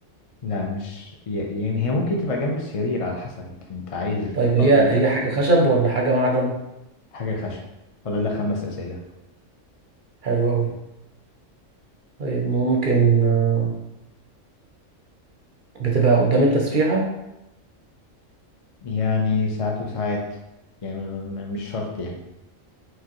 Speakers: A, on the left; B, on the right.
A: لا مش ي- يعني هي ممكن تبقى جنب السرير على حسب انت انت عايز
B: طيب
A: تحطها
B: هي
A: فين
B: هي حاجه خشب ولا حاجه معدن
A: حاجة خشب فاضل لك خمس أسئلة
B: حلو أوي طيب ممكن آه، بتبقى قدام التسريحة
A: يعني ساعات وساعات يعني م- م- مش شرط يعني